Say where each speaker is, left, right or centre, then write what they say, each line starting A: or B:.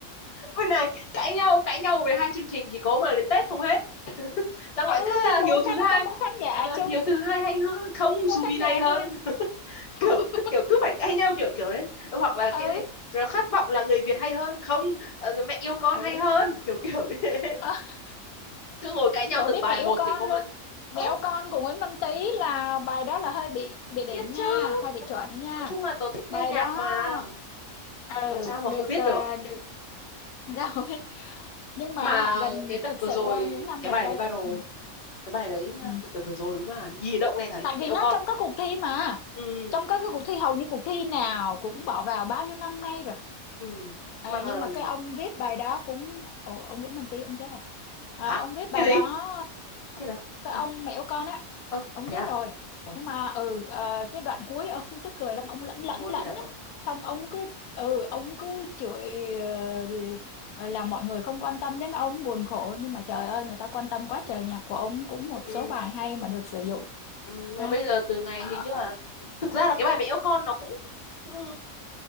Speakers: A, on the left (about 30°); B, on the left (about 90°).
A: ôi này cãi nhau cãi nhau về hai chương trình chỉ có mà đến Tết không hết <laughs> xong
B: ừ
A: lại cứ
B: thì
A: à,
B: mỗi
A: Hiếu
B: khán
A: thứ
B: nó
A: hai
B: có mỗi khán giả
A: ờ,
B: chung
A: Hiếu thứ hai hay hơn không
B: mỗi
A: Subin
B: khán
A: hay
B: giả
A: hơn
B: riêng
A: kiểu
B: <laughs>
A: cứ kiểu cứ phải cãi nhau kiểu kiểu đấy Ờ, hoặc là
B: ừ
A: cái gì Rồi khát vọng là người Việt hay hơn không ờ, mẹ yêu con
B: ừ
A: hay hơn kiểu kiểu <laughs> như thế
B: <laughs>
A: cứ ngồi cãi nhau
B: Trời ơi,
A: từng
B: biết
A: bài
B: mẹ yêu
A: một
B: con
A: thì có
B: luôn.
A: mà
B: Mẹ
A: ớ
B: yêu con của Nguyễn Văn Tý là bài đó là hơi bị bị đỉnh
A: biết
B: nha,
A: chứ
B: hơi bị
A: Ôi,
B: chuẩn nha.
A: nói chung là tớ thích
B: Bài
A: nghe nhạc
B: đó
A: mà
B: ừ
A: làm sao mà
B: được
A: không biết
B: ờ,
A: được
B: được <laughs> ra không biết. Nhưng mà
A: mà
B: gần
A: cái đợt
B: thực
A: vừa
B: sự
A: rồi
B: ra những năm
A: cái
B: gần
A: bài
B: đây.
A: đấy viral
B: Ừ.
A: cái bài đấy
B: Ừ.
A: à, từ từ vừa rồi đúng là gì động nghe thấy
B: Tại
A: mẹ
B: vì
A: yêu
B: nó
A: con
B: trong các cuộc thi mà.
A: ừ
B: Trong các cái cuộc thi hầu như cuộc thi nào cũng bỏ vào bao nhiêu năm nay rồi.
A: ừ
B: À,
A: mà ờ,
B: nhưng mà cái ông viết bài đó cũng Ồ, ông Nguyễn Minh Tý ông chết rồi. À,
A: hả
B: ông viết bài
A: cái gì
B: đó
A: thế đó
B: cái
A: à
B: ông mẹ của con á
A: ơ
B: ông
A: thế
B: chết
A: à
B: rồi
A: Ủa,
B: nhưng mà ừ ờ, cái đoạn cuối ông <laughs> tức cười
A: nam
B: lắm ông lẫn lẫn
A: Nam mô
B: lẫn
A: A Di
B: á
A: Phật
B: xong ông cứ ừ ông cứ chửi ờ, gì, ờ, là mọi người không quan tâm đến ông buồn khổ nhưng mà trời ơi người ta quan tâm quá trời nhạc của ông cũng một
A: ừ,
B: số bài hay mà được sử dụng
A: ừ, mà
B: ha
A: bây giờ từ ngày
B: Ờ,
A: hình như là thực ra là cái bài mẹ yêu con nó cũng ừ,